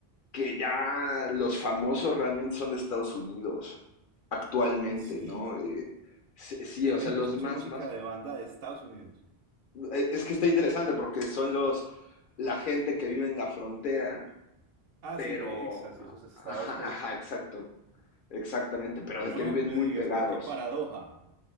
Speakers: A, on the left; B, on the right.
A: que ya los famosos realmente son de Estados Unidos actualmente,
B: Sí.
A: ¿no? Eh, sí, sí,
B: En
A: o
B: México
A: sea, los
B: escuché
A: más,
B: música
A: más.
B: de banda de Estados Unidos.
A: eh, Es que está interesante porque son los, la gente que vive en la frontera,
B: Ah,
A: pero,
B: sí, Texas y esos estados,
A: ajá,
B: pues,
A: ajá, exacto, exactamente, pero
B: no
A: de que viven
B: me
A: muy
B: digas
A: pegados.
B: que qué paradoja.